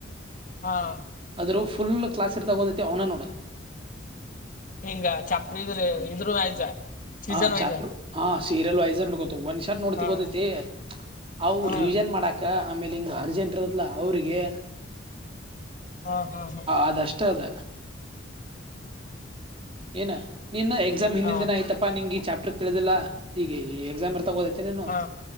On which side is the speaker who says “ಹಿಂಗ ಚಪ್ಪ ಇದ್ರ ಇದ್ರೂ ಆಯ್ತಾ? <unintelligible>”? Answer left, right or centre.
Left